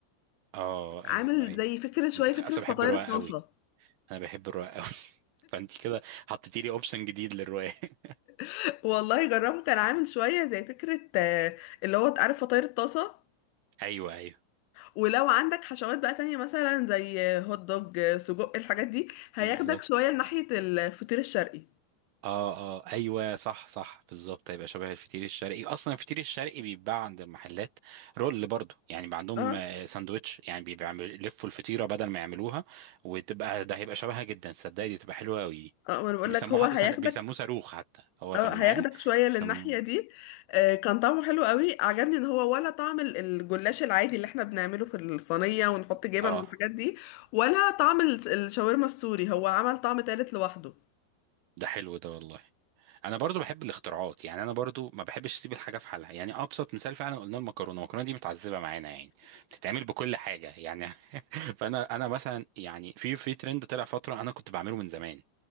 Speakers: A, on the right (about 80°); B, on the left (about 85°).
A: اه ايوه
B: عامل
A: ايوه
B: زي فكره شويه
A: انا بتخ...
B: فكره
A: اصل
B: فطاير
A: بحب الرقاق
B: الطاسه
A: قوي انا بحب الرواية قوي <laughs> فانت كده حطيتي لي اوبشن جديد للرواية <laughs>
B: <laughs> والله جربه كان عامل شويه زي فكره آه اللي هو عارف فطاير الطاسه
A: ايوه ايوه
B: ولو عندك حشوات بقى تانية مثلا زي آه، هوت دوج آه، سجق الحاجات دي هياخدك
A: بالظبط
B: شويه لناحيه الفطير الشرقي
A: اه اه ايوه صح صح بالظبط هيبقى شبه الفطير الشرقي اصلا الفطير الشرقي بيتباع عند المحلات رول برضو يعني بيبقى عندهم
B: اه
A: آه، ساندوتش يعني بيبقى عامل- يلفوا الفطيره بدل ما يعملوها وتبقى ده هيبقى شبهها جدا صدقني دي تبقى حلوه قوي
B: اه ما انا بقول
A: بيسموه
B: لك هو
A: حتى
B: هياخدك
A: سند... بيسموه صاروخ حتى هو
B: اه
A: في المحل
B: هياخدك شوية للناحية
A: بيسموه
B: دي آه، كان طعمه حلو قوي عجبني ان هو ولا طعم ال- الجلاش العادي اللي احنا بنعمله في الصينية ونحط جبن
A: اه
B: والحاجات دي ولا طعم ال- الشاورما السوري هو عمل طعم تالت لوحده
A: ده حلو ده والله انا برضو بحب الاختراعات يعني انا برضو ما بحبش اسيب الحاجه في حالها يعني ابسط مثال فعلا قلنا المكرونه المكرونه دي متعذبه معانا يعني بتتعمل بكل حاجه يعني <laughs> فانا انا مثلا يعني في في ترند طلع فتره انا كنت بعمله من زمان